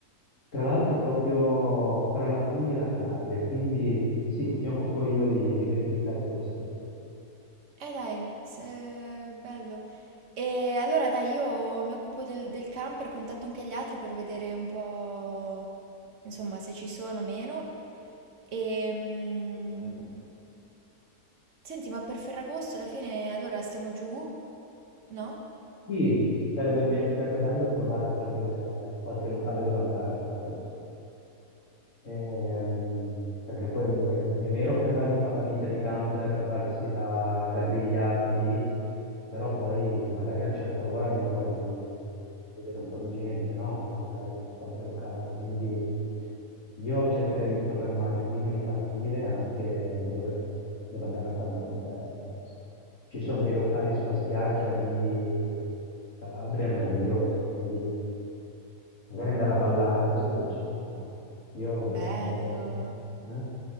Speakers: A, on the left; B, on the right.
A: tra l'altro proprio fra la Puglia e la Calabria, quindi sì, mi occupo io di di verificare questo.
B: Eh dai, se- bello. E allora dai, io mi occupo del, del camper, contatto anche gli altri per vedere un po', insomma, se ci sono o meno. E, mm, senti, ma per Ferragosto alla fine allora stiamo giù, no?
A: Sì, sarebbe, be- sarebbe bello trovare qualche, qualche locale dove andare a Ferragosto. Ehm, perché poi è, è vero che è bello fare la vita di camper, farsi la, la grigliata lì, però poi magari a una certa ora abbiamo voglia di vedere un po' di gente, no? Di andare in qualche locale. Quindi io cercherei di programmare prima di partire anche dove devo andare a fare un po' di festa. Ci sono dei locali sulla spiaggia lì in Calabria meravigliosi, quindi Magari andare a ballare sulla spiaggia. Ecco, io vorrei
B: Bello,
A: fare questo. eh.